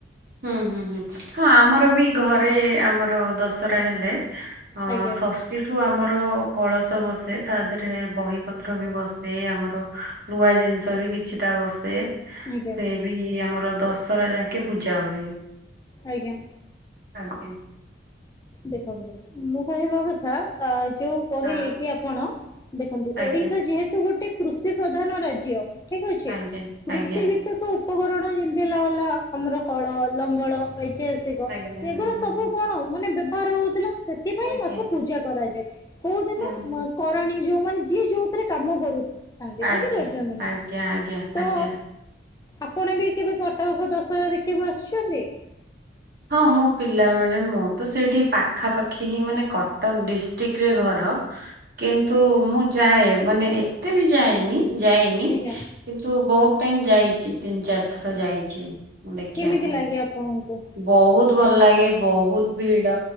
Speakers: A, on the right; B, on the left.
A: ହୁଁ ହୁଁ ହୁଁ ହଁ ଆମର ବି ଘରେ ଆମର ଦଶରା ହେଲେ ହଁ
B: ଆଜ୍ଞା
A: ଷସ୍ ସେଠୁ ଆମର କଳସ ବସେ ତା ଦେହରେ ବହି ପତ୍ର ବି ବସେ ଆମର ନ୍ୱଆ ଜିନିଷ ବି କିଛିଟା ବସେ
B: ଆଜ୍ଞା
A: ସେ ବି ଆମର ଦଶହରା ଯାକେ ପୂଜା ହୁଏ।
B: ଆଜ୍ଞା।
A: ଆଗେଇ।
B: ଦେଖନ୍ତୁ ମୁଁ କହିବା କଥା ଅ ଯୋଉ କହିଲେ
A: ହଁ
B: କି ଆପଣ ଦେଖନ୍ତୁ
A: ଆଜ୍ଞା
B: ଓଡିଶା ଯେହେତୁ ଗୋଟେ କୃଷି ପ୍ରଧାନ ରାଜ୍ୟ ଠିକ ଅଛି
A: ଆଜ୍ଞା
B: କୃଷି
A: ଆଜ୍ଞା
B: ଭିତ୍ ପ୍ରତ୍ୟେକ ଉପକରଣ ଯେମିତି ହେଲାାଗଲା ଆମର ହଳ ଲଙ୍ଗଳ ଐତିହାସ ଦେଗ
A: ଆଜ୍ଞା
B: ଏଗୁରା
A: ହଁ ହଁ
B: ସବୁ
A: ହଁ।
B: କଣ ମାନେ ବ୍ୟବହାର ହଉଥିଲା। ସେଥିପାଇଁ
A: ଆଜ୍ଞା
B: ଆକୁ ପୂଜା କରାଯାଏ କୋଉ ଦିନ
A: ହଁ ହଁ
B: ମ କରଣୀ ଯୋଉ ମାନେ ଯିଏ ଯୋଉଥିରେ କାମ କରେ କନ୍ଦିବୁ
A: ଆଜ୍ଞା
B: ଯେ ପଇସା ଦେନା
A: ଆଜ୍ଞା ଆଜ୍ଞା
B: ତ
A: ଆଜ୍ଞା।
B: ଆପଣ ବି କେବେ କ କଟକ କୁ ଦଶହରା ଦେଖିବାକୁ ଆସୁଛନ୍ତି?
A: ହଁ ମୋ ପିଲା ବେଳେ ମୁଁ ତ ସେଇଠି ପାଖାପାଖି ହିଁ ମାନେ କଟକ ଡିଷ୍ଟ୍ରିକ୍ଟ ରେ ଘର କିନ୍ତୁ
B: ଆଜ୍ଞା
A: ମୁଁ ଯାଏ ମାନେ ଏତେ ବି ଯାଏନି ଯାଏନି
B: ଆଜ୍ଞା
A: କିନ୍ତୁ ବହୁତ ଟାଇମ ଯାଇଛି ତିନି ଚାରି ଥର ଯାଇଛି ମୁଁ ଦେଖିବା
B: କେମିତି
A: ପାଇଁ।
B: ଲାଗେ ଆପଣଙ୍କୁ?
A: ବହୁତ ଭଲ ଲାଗେ ବହୁତ ଭିଡ।